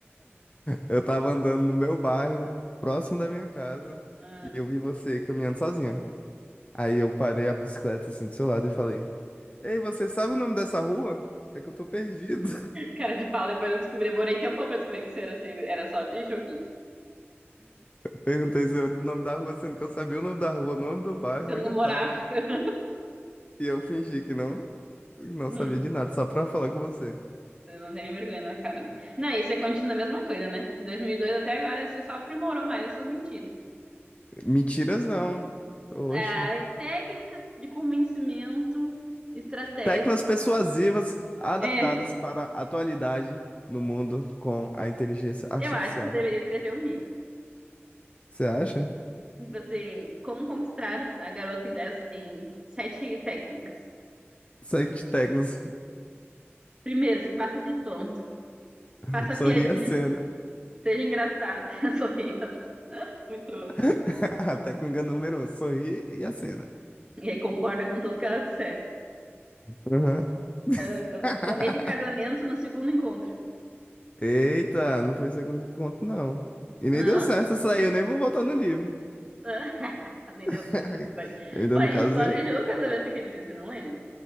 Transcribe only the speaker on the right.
Ah,
hum.
cara de pau, depois eu descobri. Demorei tempo pra descobrir que isso era, sempre- era só de joguinho.
Você não
morava.
<laughs>
Hum,
você não tem vergonha na cara. né? Não, isso é continua a mesma coisa, né? De 2002 até agora, você só aprimorou mais essas mentiras.
Ah, técnicas de convencimento estratégico.
É,
eu acho que você deveria escrever um livro.
Tipo assim, como conquistar a garota em, dez, em sete técnicas.
Primeiro, se faça de tonto.
Faça
piadinhas,
seja engraçada, <laughs> sorria. Muito.
E aí concorda com tudo que ela disser.
Ah,
planeja casamento no segundo encontro.
Não?
Ah, <laughs> nem
deu certo, tudo bem.
Pô, a
gente
planejou o casamento aquele dia, você não lembra?